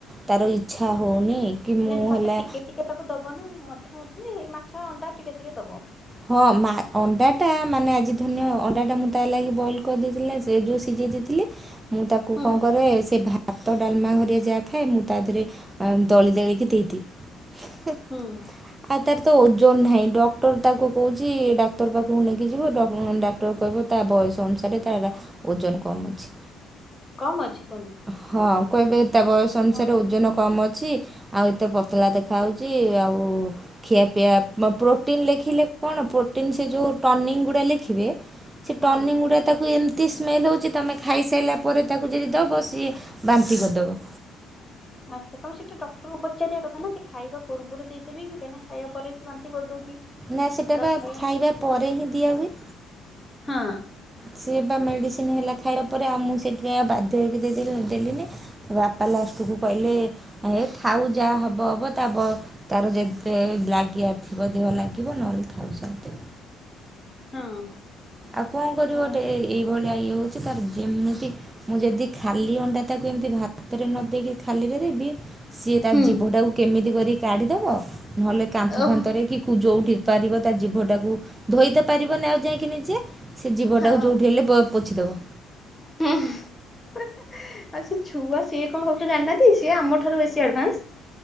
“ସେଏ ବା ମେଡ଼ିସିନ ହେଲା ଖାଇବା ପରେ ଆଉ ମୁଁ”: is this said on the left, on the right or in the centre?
Right